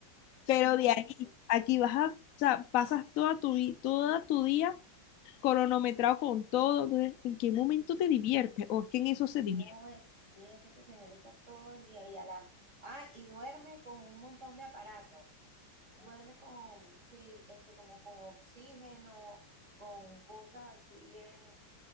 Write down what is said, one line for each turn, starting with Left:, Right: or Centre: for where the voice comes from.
Left: Pero
Right: Ay,
Left: de ahí,
Right: sí.
Left: aquí vas a, o sea, pasas toda tu, vi- toda tu día cronometrado con todo. Entonces, ¿en qué momento te diviertes? ¿O es que en eso se divierte?
Right: No es, sí, es que ese señor está todo el día y a la... Ah, y duerme con un montón de aparatos. Duerme con, sí, este, como con oxígeno, con cosas así en,